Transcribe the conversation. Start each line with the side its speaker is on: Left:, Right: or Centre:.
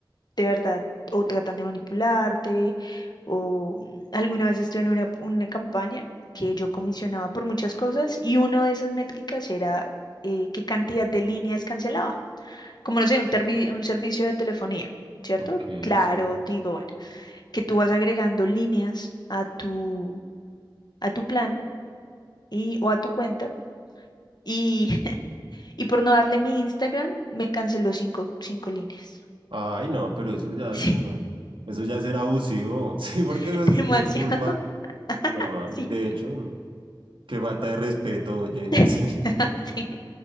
Left: de verdad, o tratan de manipularte, o mm, alguna vez estuve en una, una campaña que yo comisionaba por muchas cosas y una de esas métricas era eh, qué cantidad de líneas cancelaba como no sé, un, tervi- un servicio de telefonía, ¿cierto?
Right: ok,
Left: Claro,
Right: sí.
Left: digo, bueno, que tú vas agregando líneas a tu, a tu plan y, o a tu cuenta y, <laughs> y por no darle mi Instagram me canceló cinco, cinco líneas.
Right: Ay, no, pero eso ya,
Left: <laughs>
Right: eso no, eso ya será abusivo, <laughs> sí, porque
Left: Sí,
Right: pues,
Left: demasiado.
Right: qué culpa,
Left: <laughs>
Right: no,
Left: Sí,
Right: de hecho, no, qué falta de respeto, oye,
Left: <laughs>
Right: <laughs> sí,
Left: sí.